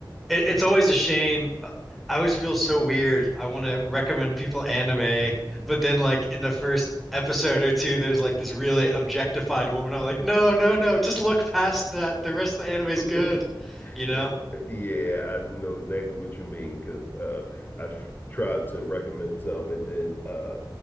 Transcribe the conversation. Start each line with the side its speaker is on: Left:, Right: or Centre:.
Centre: It, it's always a shame. Uh, I always feel so weird. I want to recommend people anime, but then like in the first episode or two, there's like this really objectified woman. I'm like, no, no, no, just look past that. The rest of the anime is
Left: <laughs>
Centre: good, you know?
Left: Eh, Yeah, I know exactly what you mean because uh, I s- tried to recommend some, and then uh,